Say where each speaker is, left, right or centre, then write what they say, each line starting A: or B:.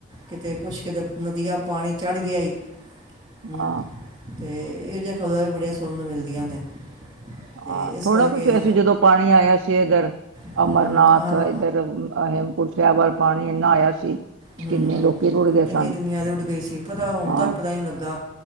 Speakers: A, on the right; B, on the right.
A: ਕਿਤੇ ਕੁਛ ਕਿਤੇ ਨਦੀਆਂ ਪਾਣੀ ਚੜ ਗਿਆ ਹੀ। ਹਮ
B: ਹਾਂ
A: ਤੇ ਇਹੋ ਜਿਹੀਆਂ ਖ਼ਬਰਾਂ ਵੀ ਬੜੀਆਂ ਸੁਣਨ ਨੂੰ ਮਿਲਦੀਆਂ ਨੇ। ਤੇ
B: ਹਾਂ
A: ਇਸ
B: ਥੋੜਾ
A: ਕਰਕੇ
B: ਕੁਛ ਵ ਸੀ ਜਦੋਂ ਪਾਣੀ ਆਇਆ ਸੀ। ਸੀ ਇਧਰ
A: ਹਮ,
B: ਅਮਰਨਾਥ
A: ਹਾਂ
B: ਇੱਧਰ ਹੇਮਕੁੰਟ ਸਾਹਿਬ ਪਾਣੀ ਇੰਨਾ ਆਇਆ ਸੀ।
A: ਹਮ
B: ਕਿੰਨੇ
A: ਹਮ
B: ਲੋਕੀ ਰੁੜ ਗਏ
A: ਕਿੰਨੀ
B: ਸਨ
A: ਦੁਨੀਆਂ ਦੀ ਉੱਡ ਗਈ ਸੀ ਪਤਾ ਹੁਣ
B: ਹਾਂ
A: ਤੱਕ ਪਤਾ ਨੀ ਲੱਗਾ।